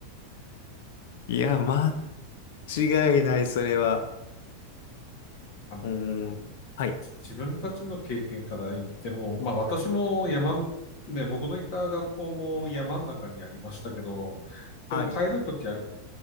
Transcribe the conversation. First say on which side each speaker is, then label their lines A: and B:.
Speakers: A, on the left (about 65°); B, on the left (about 50°).
A: いや、間違いない、それは。
B: <laughs> あの、
A: うん。はい。
B: 自分たちの経験から言っても、まあ私も山、ね、僕のいた学校も山の中にありましたけど、でも帰るときは
A: はい。